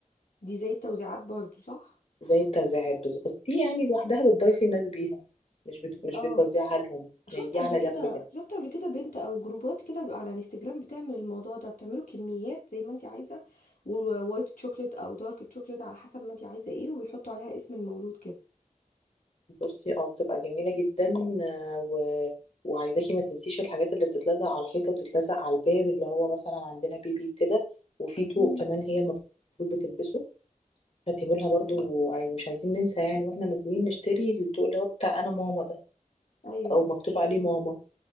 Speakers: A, on the left; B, on the left.
A: دي زي التوزيعات برضو صح
B: زي التوزيعات بس بس دي يعني لوحدها بتضيفي الناس بيها مش بت... مش
A: اه
B: بتوزعها لهم
A: شفت
B: يعني دي
A: قبل
B: على
A: كده
B: جنب كده
A: شفت قبل كده بنت او جروبات كده بقى على انستجرام بتعمل الموضوع ده بتعمله كميات زي ما انت عايزه ووايت تشوكلت او دارك تشوكلت على حسب ما انت عايزه ايه وبيحطوا عليها اسم المولود كده
B: بصي اه بتبقى جميلة جدا آه، و... وعايزاكي ما تنسيش الحاجات اللي بتتلزق على الحيطة وتتلزق على الباب اللي هو مثلا عندنا بيبي كده وفي طوق
A: مم.
B: كمان هي المفروض بتلبسه هاتيهولها برضو وعايز مش عايزين ننسى يعني واحنا نازلين نشتري الطوق اللي هو بتاع انا ماما ده
A: ايوه
B: او مكتوب عليه ماما